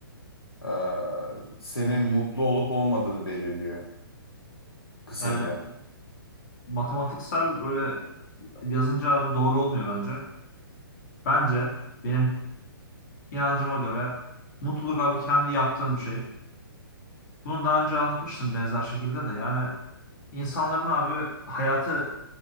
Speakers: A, on the left; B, on the left.
A: e, senin mutlu olup olmadığını belirliyor kısaca.
B: Yani matematiksel öyle yazınca abi doğru olmuyor bence. Bence benim inancıma göre mutluluk abi kendi yaptığın bir şey. Bunu daha önce anlatmıştım benzer şekilde de. Yani insanların abi hayatı